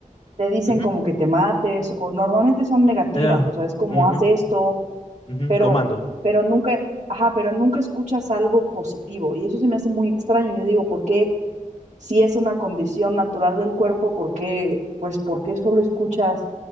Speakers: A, on the right; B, on the left.
A: te dicen
B: ujú,
A: como que te mates o normalmente son negativas,
B: eh,
A: o sea, es como
B: ujú,
A: haz esto,
B: ujú,
A: pero,
B: Comando.
A: pero nunca, ajá, pero nunca escuchas algo positivo y eso se me hace muy extraño. Yo digo, ¿por qué si es una condición natural del cuerpo, por qué, pues, por qué solo escuchas